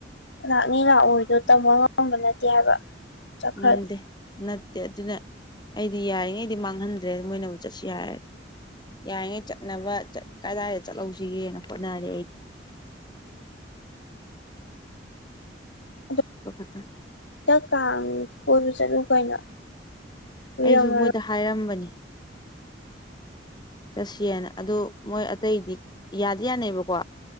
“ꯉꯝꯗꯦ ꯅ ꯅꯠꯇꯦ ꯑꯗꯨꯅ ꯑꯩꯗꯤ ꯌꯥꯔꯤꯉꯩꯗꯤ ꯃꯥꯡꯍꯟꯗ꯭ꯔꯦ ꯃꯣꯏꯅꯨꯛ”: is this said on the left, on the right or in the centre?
Left